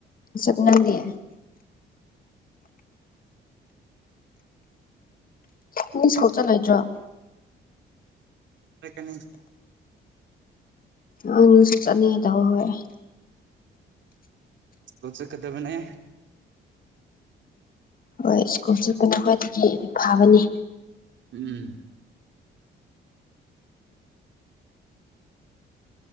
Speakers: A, on the left; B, on the right.
A: ꯁꯛꯅꯪꯗꯤ꯫ ꯅꯪ ꯁ꯭ꯀꯨꯜ ꯆꯠꯂꫭꯏꯗ꯭ꯔꫭ꯫
B: ꯆꯠꯀꯅꯤ꯫
A: ꯑꯅ ꯁꯣ ꯆꯠꯅꯤꯡ ꯇꯧ ꯍꯣꯏ꯫
B: ꯀꯨꯜ ꯆꯠꯀꯗꯕꯅꯦ꯫
A: ꯍꯣꯏ ꯁ꯭ꯀꯨꯜ ꯆꯠꯄꯅ ꯈ꯭ꯋꯥꯏꯗꯒꯤ ꯐꯥꯕꯅꯤ꯫
B: ꯎꯝ